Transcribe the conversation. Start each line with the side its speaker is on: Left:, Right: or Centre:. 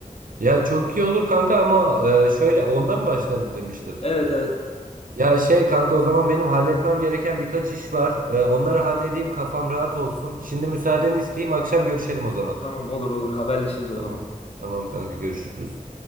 Right: Ya çok iyi olur kanka ama e, şöyle onda mı başlarız demiştin?
Left: Evet evet.
Right: Ya şey kanka o zaman benim halletmem gereken birkaç iş var. E, onları
Left: Hı hı.
Right: halledeyim kafam rahat olsun. Şimdi müsaadeni isteyeyim akşam görüşelim o zaman.
Left: Tamam olur olur haberleşiriz o
Right: Tamam.
Left: zaman.
Right: Tamam kanka görüşürüz.